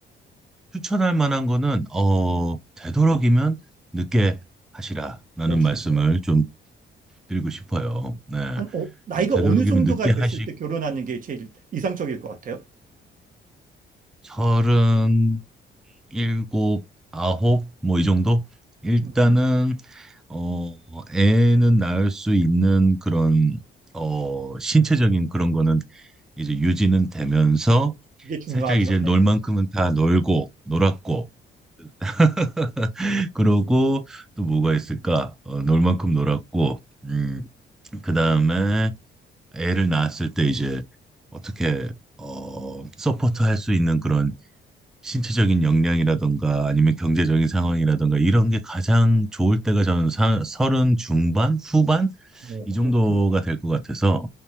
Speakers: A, in the centre; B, on the right (about 40°).
A: 추천할 만한 거는 어 되도록이면 늦게 하시라라는
B: 오, 진짜요?
A: 말씀을 좀 드리고 싶어요. 네.
B: 한, 어, 나이가
A: 이제 되도록이면
B: 어느 정도가
A: 늦게
B: 됐을
A: 하시고
B: 때 결혼하는 게 제일 이상적일 것 같아요?
A: 서른 일곱 아홉 뭐 이 정도 일단은
B: 음.
A: 어 애는 낳을 수 있는 그런 어 신체적인 그런 거는 이제 유지는 되면서
B: 어, 이게 중요하죠.
A: 살짝 이제 놀
B: 네.
A: 만큼은 다 놀고 놀았고 <laughs> 그러고 또 뭐가 있을까? 어, 놀 만큼 놀았고 음 그다음에 애를 낳았을 때 이제 어떻게 어 서포트 할 수 있는 그런 신체적인 역량이라든가 아니면 경제적인 상황이라든가 이런 게 가장 좋을 때가 저는 사- 서른 중반 후반
B: 오,
A: 이
B: 그렇구나.
A: 정도가 될 것 같아서